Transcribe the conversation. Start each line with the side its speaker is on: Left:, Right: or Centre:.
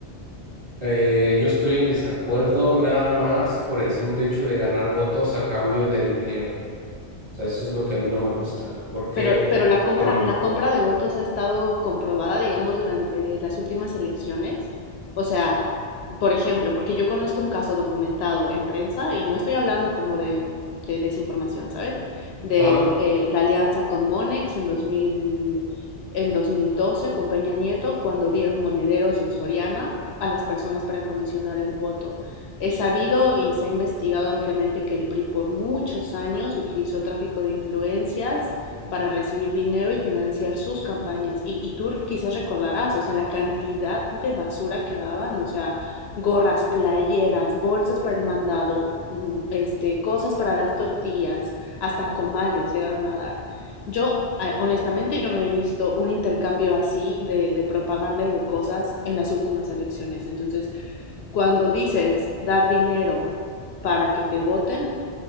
Right: eh, yo estoy en desacuerdo nada más por el simple hecho de ganar votos a cambio de dinero. O sea, eso es lo que a mí no me gusta. porque
Left: Pero, pero
Right: Por,
Left: la compra,
Right: con
Left: la compra de votos ha estado comprobada, digamos, durante las últimas elecciones. O sea, por ejemplo, porque yo conozco un caso documentado en prensa y no estoy hablando como de, mm, de desinformación, ¿sabes? De
Right: ah,
Left: eh, la alianza con Monex en dos mil en 2012 con Peña Nieto cuando dieron monederos en Soriana a las personas para condicionar el voto. es sabido y se ha investigado ampliamente que el PRI por muchos años utilizó tráfico de influencias para recibir dinero y financiar sus campañas. Y, y tú quizás recordarás, o sea, la cantidad de basura que daban, o sea, gorras, playeras, bolsas para el mandado, mm, este, cosas para las tortillas, hasta comales llegaron a dar. Yo, ah, honestamente, yo no he visto un intercambio así de, de propaganda y de cosas en las últimas elecciones. Entonces, cuando dices dar dinero para que te voten,